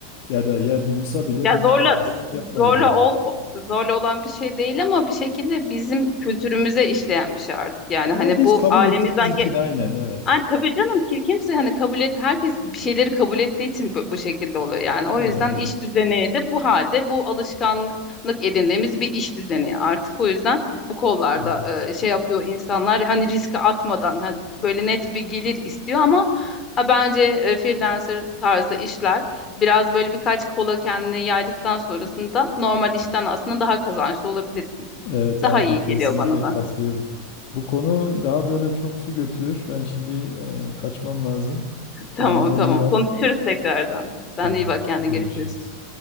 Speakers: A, on the left (about 45°); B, on the left (about 25°).
A: Ya da ya bulunsa bile
B: Ya
A: biz
B: zorla
A: istemezsek yapmayız
B: zorla
A: yani.
B: ol zorla olan bir şey değil ama bir şekilde bizim kültürümüze işleyen bir şey artık. Yani
A: Ya
B: hani
A: biz
B: bu
A: kabul
B: ailemizden
A: ettiğimiz için aynen evet.
B: Ay, tabii canım ki kimse hani kabul et herkes bir şeyleri kabul ettiği için bu, bu şekilde oluyor yani.
A: Aynen
B: O yüzden
A: evet.
B: iş düzeni de bu halde bu alışkanlık edindiğimiz bir iş düzeni artık o yüzden bu kollarda
A: Evet.
B: e, şey yapıyor insanlar hani riske atmadan ha- böyle net bir gelir istiyor ama e, bence e, freelancer tarzda işler biraz böyle birkaç kola kendini yaydıktan sonrasında normal işten aslında daha kazançlı olabilirsin.
A: Evet
B: Daha
A: aynen
B: iyi
A: kesinlikle
B: geliyor bana da.
A: katılıyorum. Bu konu daha böyle çok su götürür. Ben şimdi e, kaçmam lazım. Kendine
B: Tamam tamam.
A: iyi bak.
B: Konuşuruz tekrardan.
A: Tamam.
B: Sen de iyi bak kendine
A: Görüşürüz.
B: görüşürüz.